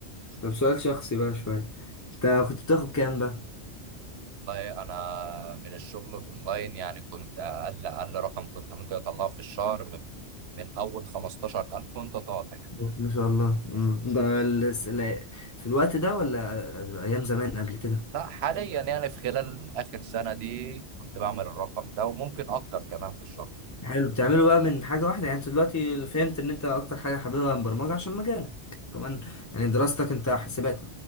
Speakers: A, on the left; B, on the right.
A: طب سؤال شخصي بقى شوية انت كنت بتاخد كام بقى
B: والله انا من الشغل اونلاين يعني كنت اقل اقل رقم كنت ممكن اطلعه في الشهر من من اول 15000 وانت طالع
A: ما شاء الله أمم. ده الس- لا- في الوقت ده ولا ايام زمان قبل كده
B: لا حاليا يعني في خلال اخر سنه دي كنت بعمل الرقم ده وممكن اكتر كمان في الشهر
A: حلو بتعمله بقى من حاجة واحدة يعني انت دلوقتي فهمت ان انت اكتر حاجة حاببها البرمجة عشان مجالك كمان يعني دراستك انت حاسبات